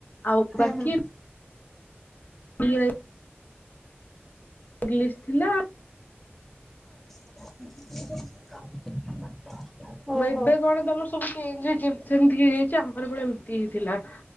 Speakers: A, on the left; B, in the centre.
A: ଆଉ
B: ହୁଁ
A: ବାକି
B: ହୁଁ
A: ହ। <unintelligible> ଇଂଲିଶ ଥିଲାସ୍।
B: <inaudible> ଓହୋ
A: ମୁ ଏବେ କଣ ତମର ସବୁ ଚେଞ୍ଜ ହେଇ ସେମତି ହେଇଯାଇଛି ଆମର ପ ଏମିତି ହେଇଥିଲା